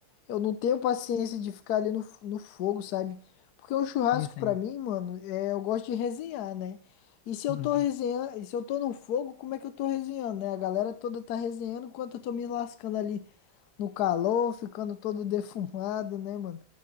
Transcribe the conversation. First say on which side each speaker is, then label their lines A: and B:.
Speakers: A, on the left; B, on the left.
A: eu não tenho paciência de ficar ali no, f- no fogo, sabe? Porque um churrasco
B: Sim, sim.
A: pra mim, mano, é, eu gosto de resenhar, né? E se eu
B: Uhum.
A: tô resenhando, e se eu tô no fogo, como é que eu tô resenhando, né? A galera toda tá resenhando enquanto eu tô me lascando ali no calor, ficando todo <laughs> defumado, né, mano?